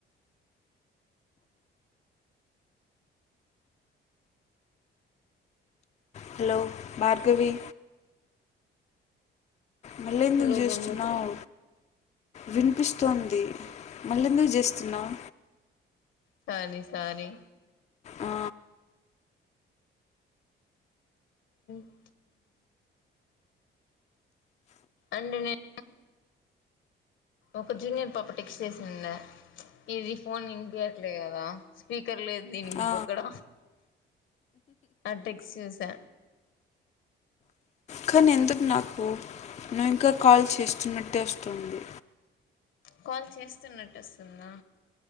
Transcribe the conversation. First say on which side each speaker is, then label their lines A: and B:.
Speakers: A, on the left (about 35°); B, on the left (about 75°).
A: hello Bhargavi మళ్ళీ ఎందుకు
B: హలో
A: చేస్తున్నావు
B: గంగోత్రీ
A: వినిపిస్తోంది మళ్ళీ ఎందుకు చేస్తున్నావ్
B: సారీ సారీ
A: ఆ,
B: హుమ్ అంటే నేను ఒక జూనియర్ పాప టెక్స్ చేసింద ఇది ఫోన్ ఇంపయట్లేదు కదా స్పీ కర్లేదు దీనికి
A: ఆ,
B: బొకడ ఆ టెక్స్ చేసా
A: కాని ఎందుకు నాకు నువ్వు ఇంకా కాల్ చేస్తున్నట్టే వస్తుంది
B: కాల్ చేస్తున్నట్టు వస్తుందా